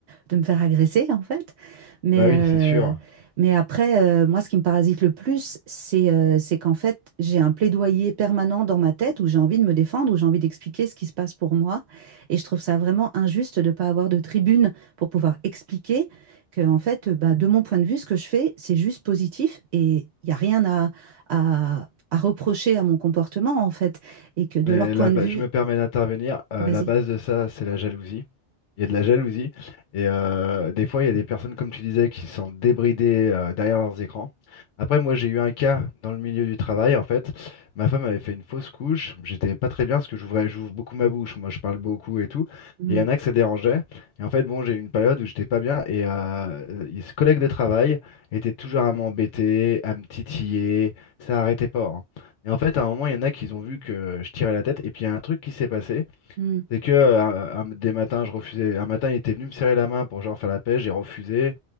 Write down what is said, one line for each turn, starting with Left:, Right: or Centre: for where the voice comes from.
Right: de me faire agresser, en fait. Mais,
Left: Bah oui,
Right: euh,
Left: c'est sûr.
Right: mais après, euh, moi, ce qui me parasite le plus, c'est euh, c'est qu'en fait, j'ai un plaidoyer permanent dans ma tête où j'ai envie de me défendre, où j'ai envie d'expliquer ce qui se passe pour moi. Et je trouve ça vraiment injuste de ne pas avoir de tribune pour pouvoir expliquer que, en fait, bah, de mon point de vue, ce que je fais, c'est juste positif et il n'y a rien à, à, à reprocher à mon comportement, en fait. Et que de
Left: Mais
Right: leur point
Left: la
Right: de
Left: ba-
Right: vue,
Left: je me permets d'intervenir. euh,
Right: vas-y.
Left: la base de ça, c'est la jalousie. Il y a de la jalousie. Et euh, des fois, il y a des personnes, comme tu disais, qui sont débridées euh, derrière leurs écrans. Après, moi, j'ai eu un cas dans le milieu du travail, en fait. Ma femme avait fait une fausse couche. J'étais pas très bien parce que j'ouvrais, j'ouvre beaucoup ma bouche. Moi, je parle beaucoup et tout.
Right: Mm,
Left: Et il y en a que ça dérangeait. Et en fait, bon, j'ai eu une période où j'étais pas bien. Et euh, et ce collègue de travail était toujours à m'embêter, à me titiller. Ça arrêtait pas. hein. Et en fait, à un moment, il y en a qui ont vu que je tirais la tête. Et puis, il y a un truc qui s'est passé.
Right: mm,
Left: C'est que euh, un- un- des matins, je refusais. Un matin, il était venu me serrer la main pour genre faire la paix. J'ai refusé.